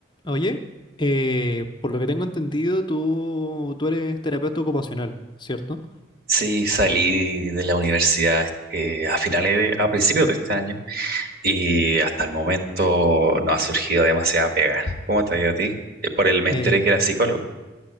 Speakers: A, on the left (about 25°); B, on the right (about 50°).
A: Oye, eh, por lo que tengo entendido, tú, tú eres terapeuta ocupacional, ¿cierto?
B: Sí, salí de la universidad eh, a finales de- a principios de este año y hasta el momento no ha surgido demasiada pega. ¿Cómo te ha ido a ti? Eh, por el me
A: Eh,
B: enteré que era psicólogo.